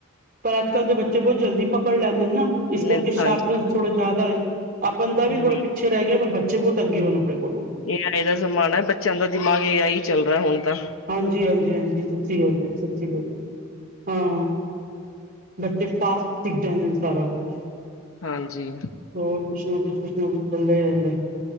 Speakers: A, on the right; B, on the left.
A: ਪਰ ਅੱਜ-ਕੱਲ ਦੇ ਬੱਚੇ ਬੋ ਜਲਦੀ ਪਕੜ ਲੈਂਦੇ ਨੇ ਨਾ ਇਸ ਕਰਕੇ
B: ਲੈ ਹਾਂਜੀ
A: ਸ਼ਾਰਪਨੈਸ ਥੋੜਾ ਜਿਆਦਾ ਏ। ਆਪਨ ਦਾ ਵੀ
B: ਹੂੰ
A: ਥੋੜਾ ਪਿੱਛੇ ਰੈ ਗਿਆ ਪਰ ਬੱਚੇ ਬੋਤ ਅੱਗੇ ਹੋਏ ਆਪਣੇ ਕੋਲੋਂ।
B: ਏ ਆਈ ਦਾ ਜ਼ਮਾਨਾ ਬੱਚਿਆਂ ਦਾ ਦਿਮਾਗ ਏ ਆਈ ਈ ਚੱਲ ਰੈ ਹੁਣ ਤਾਂ।
A: ਹਾਂਜੀ-ਹਾਂਜੀ-ਹਾਂਜੀ ਸੱਚੀ ਗੱਲ ਏ, ਸੱਚੀ ਗੱਲ, ਹਾਂ। ਬੱਚੇ ਫਾਸਟ ਸਿੱਖ ਜਾਂਦੇ ਨੇ ਸਾਰਾ ਕੁਛ।
B: ਹਾਂਜੀ।
A: ਹੋਰ ਕੁਛ ਨਾ ਕੁਛ, ਕੁਛ ਨਾ ਕੁਛ ਚੱਲਦਾ ਈ ਰੈਂਦੈ।